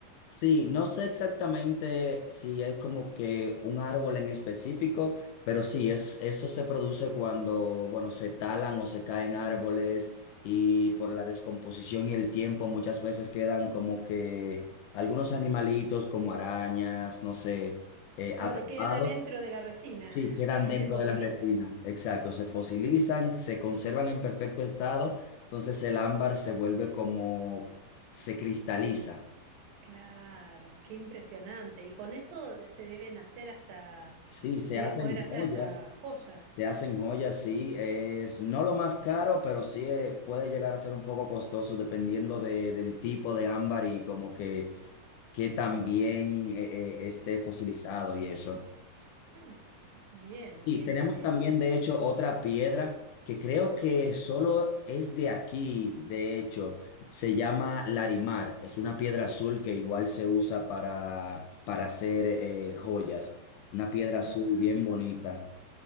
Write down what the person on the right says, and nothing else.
Claro,
quedan adentro de la resina
<laughs> y
se fosilizan.
Claro, qué impresionante. Y con eso eh, se deben hacer hasta,
se
deben poder hacer
hasta joyas.
Mm, bien,
bien,
bien, bien.
Ah,